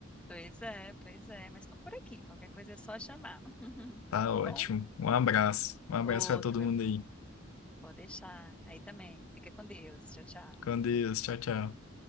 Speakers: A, in the centre; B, on the left (about 85°).
A: Pois é, pois é. Mas estou por aqui. Qualquer coisa é só chamar. <laughs> Tá
B: Tá
A: bom?
B: ótimo. Um abraço. Um abraço
A: Outro,
B: para todo
A: meu
B: mundo
A: querido.
B: aí.
A: Pode deixar. Aí também. Fica com Deus. Tchau, tchau.
B: Com Deus. Tchau, tchau.